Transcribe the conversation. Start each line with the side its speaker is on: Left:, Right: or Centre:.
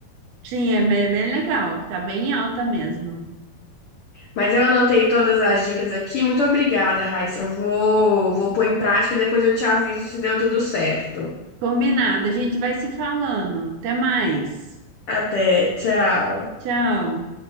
Right: Sim, é bem bem legal, tá bem alta mesmo.
Left: Mas eu anotei todas as dicas aqui. Muito obrigada, Raíssa. Eu vou, vou pôr em prática e depois eu te aviso se deu tudo certo.
Right: Combinado, a gente vai se falando. Até mais.
Left: Até, tchau.
Right: Tchau.